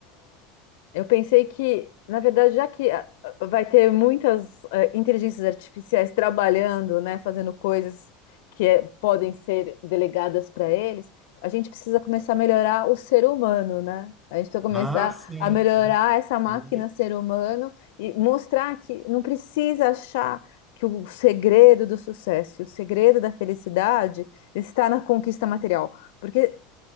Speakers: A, on the left; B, in the centre.
A: Eu pensei que, na verdade, já que ah, vai ter muitas eh, inteligências artificiais trabalhando, né, fazendo coisas que eh, podem ser delegadas para eles, a gente precisa começar a melhorar o ser humano, né? A gente precisa começar
B: Ah, sim,
A: a melhorar
B: sim,
A: essa máquina
B: sim.
A: ser humano e mostrar que não precisa achar que o segredo do sucesso, o segredo da felicidade está na conquista material, porque